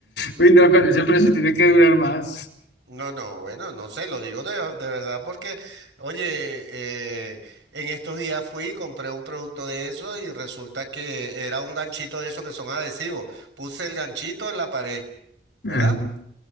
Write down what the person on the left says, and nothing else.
Uy, no, con ese precio tiene que durar más.
Ajá.